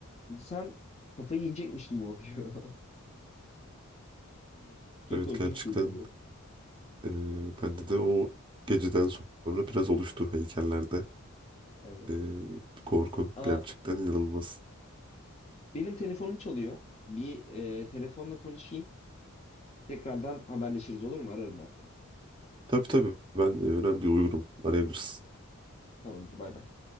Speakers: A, on the left (about 30°); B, on the right (about 25°).
A: insan kafayı yiyecekmiş gibi oluyor. <laughs> Çok
B: Evet
A: korkunç
B: gerçekten
A: geliyordu.
B: e, bende de o geceden sonra biraz oluştu heykellerde.
A: Aynen.
B: E, korku
A: Aa,
B: gerçekten inanılmaz.
A: benim telefonum çalıyor. Bir e, telefonla konuşayım. Tekrardan haberleşiriz olur mu? Ararım ben seni.
B: Tabii tabii ben e, önemli uyurum. Arayabilirsin.
A: Tamamdır bay bay.